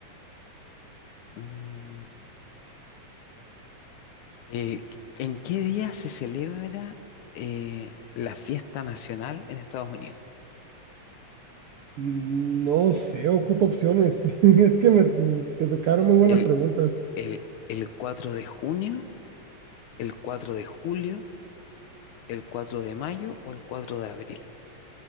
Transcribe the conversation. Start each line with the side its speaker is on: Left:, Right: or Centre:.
Left: mm, Eh, ¿en qué día se celebra eh, la fiesta nacional en Estados Unidos?
Right: Mm, No sé, ocupo opciones. <laughs> Es que me, te tocaron muy buenas
Left: ¿El,
Right: preguntas.
Left: el, el 4 de junio, el 4 de julio, el 4 de mayo o el 4 de abril?